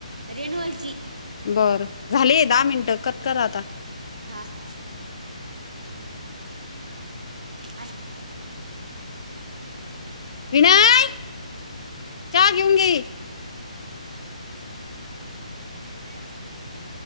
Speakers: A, on the right; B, on the left.
A: रेणुवलची
B: बरं झाले दहा मिनटं कट करा आता
A: हां हां ह
B: विनय च घेऊन गे
A: ह